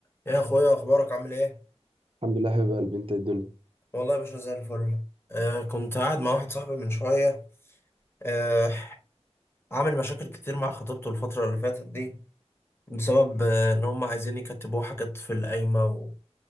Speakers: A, on the left; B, on the right.
A: يا اخويا اخبارك عامل ايه
B: الحمد لله حبيب قلبي انت الدنيا
A: والله يا باشا زي الفل آه كنت قاعد مع واحد صاحبي من شويه آه عامل مشاكل كتير مع خطيبته الفتره اللي فاتت دي بسبب آه ان هم عايزين يكتبوه حاجات في القايمه و-